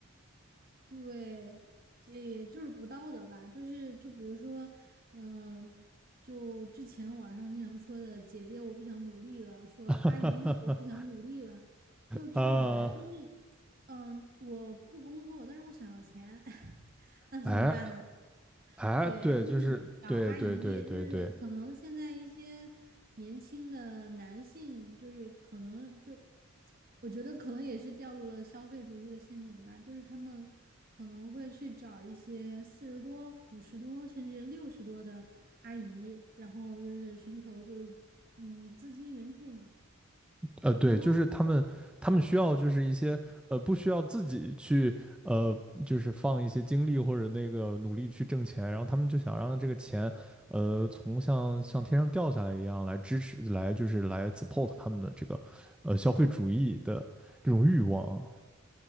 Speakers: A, on the right; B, in the centre.
A: 对，也就是不道德吧，就是就比如说，嗯、就之前网上经常说的“姐姐我不想努力了”，说“阿姨我不想努力了”，
B: <laughs> 哈哈哈哈，
A: 就这种呗。
B: 啊，
A: 就是嗯、我不工作，但是我想要钱，<laughs> 那怎么办呢？
B: 哎哎，
A: 对，
B: 对，
A: 就是找嗯阿姨，
B: 就是对对对对对，
A: 对就对是对可对能对现在一些年轻的男性，就是可能就，我觉得可能也是掉入了消费主义的陷阱吧，就是他们可能会去找一些四十多、五十多，甚至六十多的阿姨，然后就是寻求就是嗯资金援助嘛，
B: 呃，对，
A: 然后。
B: 就是他们他们需要就是一些呃不需要自己去呃就是放一些精力或者那个努力去挣钱，然后他们就想让这个钱呃从像像天上掉下来一样来支持来就是来 support 他们的这个呃消费主义的这种欲望啊